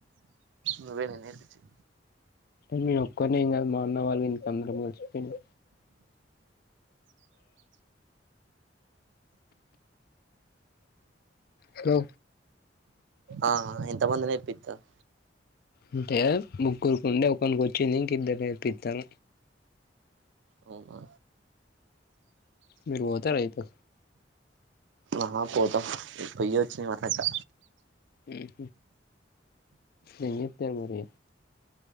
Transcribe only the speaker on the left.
నేనొక్కనేం కాదు మ అన్న వాళ్ళ ఇంటికాడ అందరం కల్సిపోయినం స్లో
అంటే ముగ్గురుకు ఉండే ఒకనికి వచ్చింది ఇంక ఇద్దరు నేర్పిత్తాన
మీరు పోతే రైతు
ఉహ్ ఏం చెప్తారు మరి